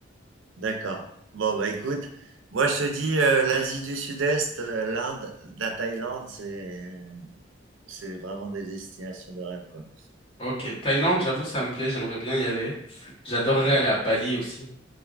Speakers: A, on the right; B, on the left.
A: d'accord. Bon, bah écoute, moi je te dis euh, l'Asie du Sud-Est, euh, l'Inde, la Thaïlande, c'est c'est vraiment des destinations de rêve, quoi.
B: Ok, Thaïlande, j'avoue, ça me plaît, j'aimerais bien y aller. J'adorerais
A: Mm.
B: aller à Bali aussi,